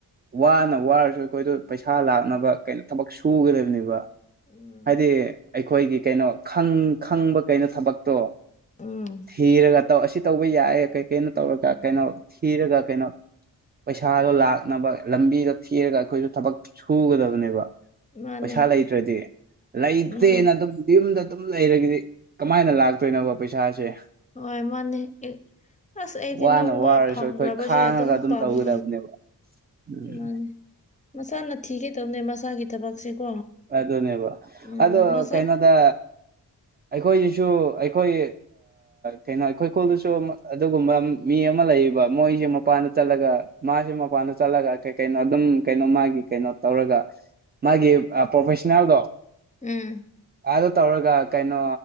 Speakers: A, on the right (about 25°); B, on the left (about 20°).
A: ꯋꯥꯅ ꯋꯥꯔꯁꯨ ꯑꯩꯈꯣꯏꯗꯣ ꯄꯩꯁꯥ ꯂꯥꯛꯅꯕ ꯀꯩꯅꯣ ꯊꯕꯛ ꯁꯨꯒꯗꯕꯅꯦꯕ
B: ꯎꯝ
A: ꯍꯥꯏꯗꯤ ꯑꯩꯈꯣꯏꯒꯤ ꯀꯩꯅꯣ ꯈꯪ ꯈꯪꯕ ꯀꯩꯅꯣ ꯊꯕꯛꯇꯣ
B: ꯎꯝ
A: ꯊꯤꯔꯒ ꯇꯧ ꯑꯁꯤ ꯇꯧꯕ ꯌꯥꯏ ꯀꯩ ꯀꯩꯅꯣ ꯇꯧꯔꯒ ꯀꯩꯅꯣ ꯊꯤꯔꯒ ꯀꯩꯅꯣ ꯄꯩꯁꯥꯗꯣ ꯂꯥꯛꯅꯕ ꯂꯝꯕꯤꯗꯣ ꯊꯤꯔꯒ ꯑꯩꯈꯣꯏꯁꯨ ꯊꯕꯛ ꯁꯨꯒꯗꯕꯅꯦꯕ
B: ꯃꯥꯅꯦ
A: ꯄꯩꯁꯥ ꯂꯩꯇ꯭ꯔꯗꯤ ꯂꯩꯇꯦꯅ
B: ꯃꯥ
A: ꯑꯗꯨꯝ ꯌꯨꯝꯗ ꯑꯗꯨꯝ ꯂꯩꯔꯒꯗꯤ ꯀꯃꯥꯏꯅ ꯂꯥꯛꯇꯣꯏꯅꯣꯕ ꯄꯩꯁꯥꯁꯦ
B: ꯍꯣꯏ ꯃꯥꯅꯦ ꯑꯦꯛ꯫ ꯑꯁ ꯑꯩꯗꯤ
A: ꯋꯥꯅ
B: ꯅꯣꯡꯃ
A: ꯋꯥꯔꯁꯨ
B: ꯐꯝꯒꯔꯕꯁꯦ
A: ꯑꯩꯈꯣꯏ ꯈꯥꯡꯉꯒ
B: ꯑꯗꯨꯝ ꯄꯥꯝꯃꯤꯅꯦ
A: ꯇꯧꯒꯗꯕꯅꯦꯕ ꯎꯝ
B: ꯃꯥꯅꯦ ꯃꯁꯥꯅ ꯊꯤꯒꯗꯧꯅꯦ ꯃꯁꯥꯒꯤ ꯊꯕꯛꯁꯦꯀꯣ
A: ꯍꯣꯏ ꯑꯗꯨꯗꯅꯦꯕ
B: ꯎꯝ
A: ꯑꯗꯨ
B: ꯃꯁꯥ
A: ꯀꯩꯩꯅꯣꯗ꯫ ꯑꯩꯈꯣꯏꯁꯤꯁꯨ ꯑꯩꯈꯣꯏ ꯀꯩꯅꯣ ꯑꯩꯈꯣꯏ ꯈꯨꯨꯜꯗꯁꯨ ꯑꯗꯨꯒꯨꯝꯕ ꯃꯤ ꯑꯃ ꯂꯩꯌꯦꯕ ꯃꯣꯏꯁꯦ ꯃꯄꯥꯟꯗ ꯆꯠꯂꯒ ꯃꯥꯖꯦ ꯃꯄꯥꯟꯗ ꯆꯠꯂꯒ ꯀꯩ ꯀꯩꯅꯣ ꯑꯗꯨꯝ ꯀꯩꯅꯣ ꯃꯥꯒꯤ ꯀꯩꯅꯣ ꯇꯧꯔꯒ ꯃꯥꯒꯤ ꯑ ꯄ꯭ꯔꯣꯐꯦꯁꯅꯦꯜꯗꯣ
B: ꯎꯝ꯫
A: ꯑꯥꯗ ꯇꯧꯔꯒ ꯀꯩꯅꯣ